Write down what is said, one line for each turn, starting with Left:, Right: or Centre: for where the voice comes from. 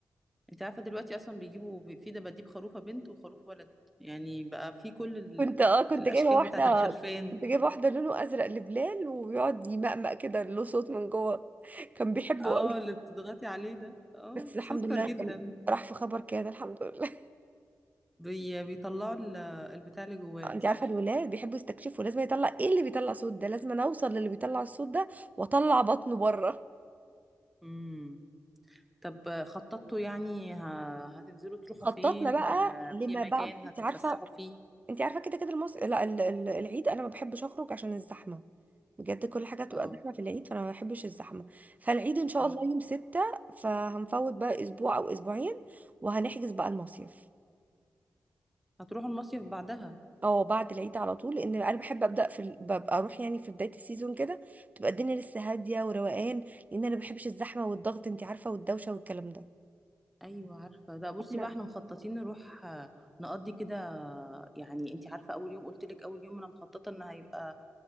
Centre: انت عارفة دلوقتي اصلا بيجيبوا بي- في دباديب خروفة بنت وخروف ولد يعني بقى في كل ال-
Right: كنت اه كنت
Centre: الاشكال
Right: جايبه واحده
Centre: بتاعة الخرفان
Right: كنت جايبه واحده لونه ازرق لبلال وبيقعد يمقمق كده له صوت من جوه كان بيحبه
Centre: اه
Right: قوي
Centre: اللي بتضغطي عليه ده اه
Right: بس الحمد
Centre: سكر
Right: لله
Centre: جدا
Right: كان راح في خبر كده الحمد لله
Centre: بي بيطلعوا ال- البتاع اللي جواه
Right: <laughs> انت
Centre: صح
Right: عارفه الولاد بيحبوا يستكشفوا لازم يطلع ايه اللي بيطلع صوت ده لازم انا اوصل للي بيطلع الصوت ده واطلع بطنه بره
Centre: امم طب خططتوا يعني ه- هتنزلوا تروحوا
Right: خططنا
Centre: فين
Right: بقى
Centre: آه،
Right: لما
Centre: في مكان
Right: بعد انت
Centre: هتتفسحوا
Right: عارفه
Centre: فيه
Right: انت عارفه كده كده المص... لا ال- ال- العيد انا ما بحبش اخرج عشان الزحمه بجد كل حاجة تبقى
Centre: اه
Right: زحمة في العيد فأنا ما بحبش الزحمة فالعيد إن شاء
Centre: اه
Right: الله يوم ستة فهنفوت بقى أسبوع أو أسبوعين وهنحجز بقى المصيف
Centre: هتروح المصيف بعدها
Right: اه بعد العيد على طول لأن أنا بحب أبدأ في ال... ببقى أروح يعني في بداية السيزون كده تبقى الدنيا لسه هادية وروقان لأن أنا ما بحبش الزحمة والضغط أنت عارفة والدوشة والكلام ده
Centre: ايوه عارفه ده بصي
Right: احنا
Centre: بقى احنا مخططين نروح آه، نقضي كده آه، يعني انت عارفه اول يوم قلت لك اول يوم انا مخططه ان هيبقى